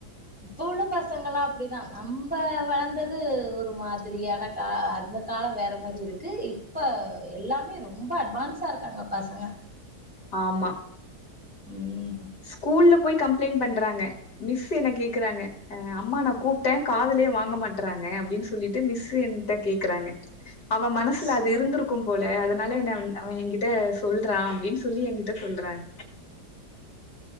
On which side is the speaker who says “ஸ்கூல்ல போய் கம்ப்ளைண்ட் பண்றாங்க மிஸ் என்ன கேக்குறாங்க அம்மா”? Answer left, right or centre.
Left